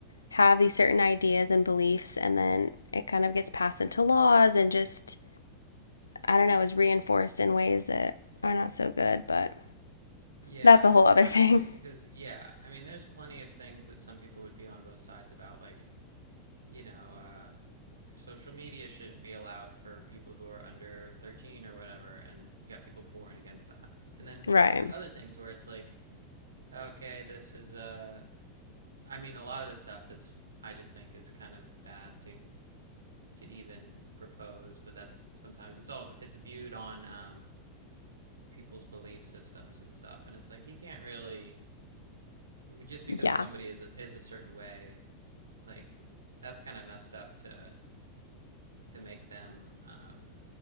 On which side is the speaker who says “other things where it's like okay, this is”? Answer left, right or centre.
Right